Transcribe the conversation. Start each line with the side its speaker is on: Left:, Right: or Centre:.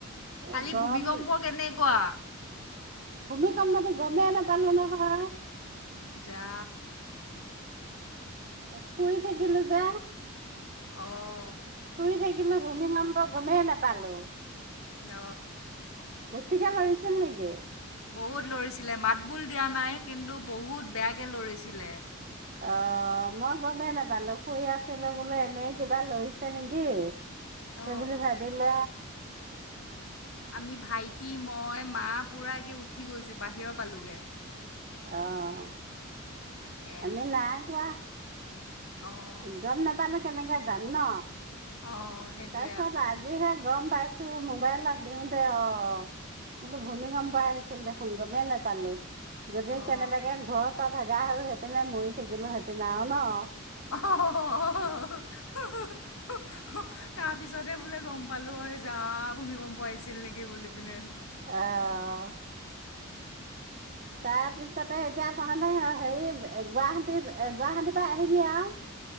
Left: কালি,
Right: এ গৰম
Left: ভূমিকম্প কেনেকুৱা
Right: ভূমিকম্প টো গমে নেপালোঁ নহয
Left: যা
Right: শুই থাকিলো যে।
Left: অহ
Right: গুই থাকিলো। ভূমিকম্প গমেইে নোপালো
Left: ন
Right: বেছিকৈ লৰিছিল নেকি
Left: বহুত লৰিছে মাত বোল দিয়া নাই কিন্তু বহুত বেয়াকৈ লৰিছিলে।
Right: অ মই গমেই নাপালো, শুই আছিলো বোলো এনে কিবা লৈছে নেকি? সেই
Left: অঁ
Right: বুলি ভাবি লৈ
Left: আমি ভাইটি, মই, মা পুৰা একে উঠি গৈছো বাহিৰৰ পালোগৈ।
Right: অহ
Left: তাকে
Right: আমি নাই যোৱা।
Left: অঁ
Right: গম নাপালো কেনেকে যাম ন
Left: অঁ সেইটোৱে
Right: তাৰপিছত
Left: আকৌ
Right: আজিহে গম পাইছো। তোৰ মোবাইলত দিও দে অ বোলো ভূমি গম পাই আহিছিল দেখোন? গমেই নোপালো। যদি
Left: অঁ
Right: কেনেবাকে ঘৰ চব ভাগা আৰু সেইপিনে মৰি থাকিলো হেতেন আৰু ন?
Left: <unintelligible> তাৰ পিছতে বোলে গম পালো যাম ভুমিকম্প আহিছিল নেকি বুলি পিনে।
Right: আহ তাৰপিছতে এতিয়া তহঁতে হেৰি গুৱাহাটী গুৱাহাটীৰ পৰা আহিলি আৰু?